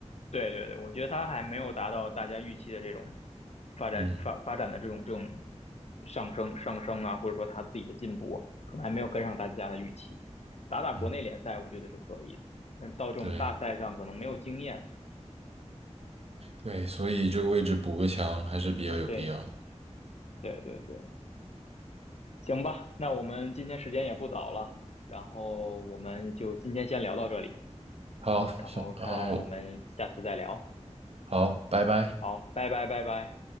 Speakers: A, on the left; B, on the right.
A: 对对对，我觉得他还没有达到大家预期的这种发展发发展的这种这种
B: 嗯
A: 上升上升啊，或者说他自己的进步，可能还没有跟上大家的预期。打打国内联赛，
B: 嗯，
A: 我觉得是可以的，但到这种大赛上可能没有经验。
B: 对对，所以这个位置补个强还是比较有必要的。
A: 对对对对，行吧，那我们今天时间也不早了，然后我们就今天先聊到这里，
B: 好，
A: 然后看我们下次再聊。
B: 小，好，好，拜拜。
A: 好，拜拜拜拜。